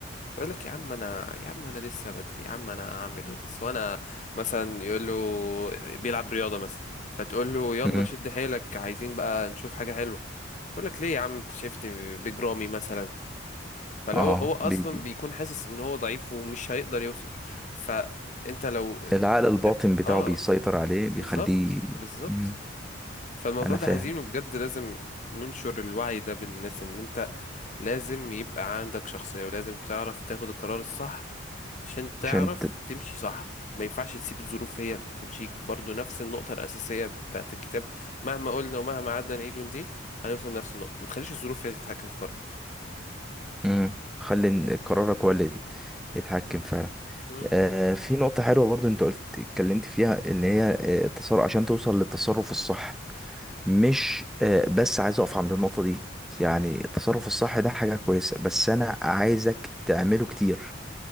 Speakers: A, on the left; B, in the centre.
A: بقول لك يا عم انا يا عم انا لسه بدري يا عم انا هعمل ايه بس وانا مثلا يقول له بيلعب رياضه مثلا فتقول له يلا
B: مم.
A: شد حيلك عايزين بقى نشوف حاجه حلوه يقول لك ليه يا عم انت شفت بجرامي مثلا فلو
B: اه
A: هو هو اصلا
B: بي بي
A: بيكون حاسس ان هو ضعيف ومش هيقدر يوصل فانت لو
B: العقل الباطن بتاعه
A: اه
B: بيسيطر عليه
A: بالظبط
B: بيخليه
A: بالظبط
B: مم.
A: فالموضوع
B: انا
A: ده
B: فاهم
A: حزين وبجد لازم ننشر الوعي ده بالناس ان انت لازم يبقى عندك شخصية ولازم تعرف تاخد القرار الصح عشان تعرف
B: عشان ت...
A: تمشي صح ما ينفعش تسيب الظروف هي اللي تمشيك برضو نفس النقطة الأساسية بتاعت الكتاب مهما قلنا ومهما قعدنا نعيد ونزيد هنوصل لنفس النقطة ما تخليش الظروف هي اللي تتحكم في قرارك
B: مم. خلي إن
A: بس
B: قرارك هو اللي يتحكم فعلا
A: مم.
B: آه، في نقطة حلوة برضو انت قلت اتكلمت فيها اللي هي آه، التصرف عشان توصل للتصرف الصح مش آه، بس عايز اقف عند النقطة دي يعني التصرف الصح ده حاجة كويسة بس انا عايزك تعمله كتير